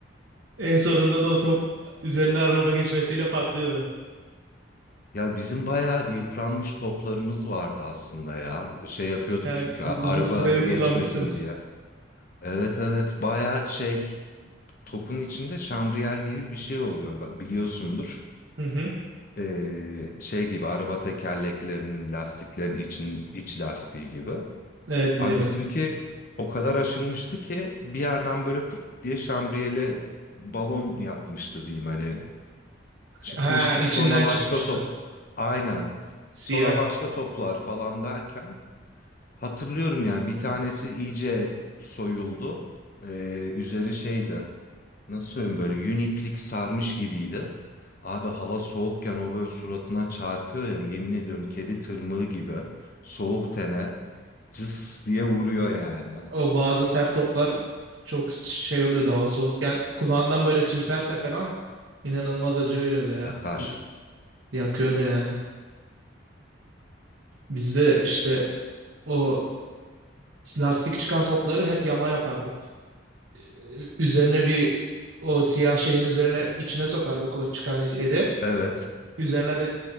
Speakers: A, on the right (about 70°); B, on the left (about 45°).
A: En sonunda da o top üzerinde araba geçmesiyle patlıyordu.
B: Ya bizim bayağı yıpranmış toplarımız vardı aslında ya. Şey yapıyorduk
A: Yani
B: çünkü
A: siz
B: a-
A: uzun
B: araba
A: süreli
B: geçmesin
A: kullanmışsınız.
B: diye. Evet evet bayağı şey topun içinde şamriyel gibi bir şey oluyor biliyorsundur.
A: Hı hı.
B: Ee, şey gibi araba tekerleklerinin lastiklerin için iç lastiği gibi.
A: Evet
B: Abi
A: biliyorum.
B: bizimki o kadar aşınmıştı ki bir yerden böyle fıt diye şambriyeli balon yapmıştı diyeyim hani çıkmıştı
A: Ha içinden
B: sonra başka
A: çıkmıştı.
B: top aynen
A: Siyah.
B: sonra başka toplar falan derken hatırlıyorum ya bir tanesi iyice soyuldu Ee, üzeri şeydi nasıl söyleyeyim böyle yün iplik sarmış gibiydi abi hava soğukken o böyle suratına çarpıyor ya yemin ediyorum kedi tırmığı gibi soğuk tene cıs diye vuruyor yani.
A: O bazı sert toplar çok şey oluyordu hava soğukken. Kulağından böyle sürterse falan inanılmaz acı veriyordu ya.
B: Yakar.
A: Kul- Yakıyordu yani. Biz de işte o lastik çıkan topları hep yama yapardık. Ee, Üzerine bir o siyah şeyin üzerine içine sokardık o çıkan yeri.
B: Evet.
A: Üzerine de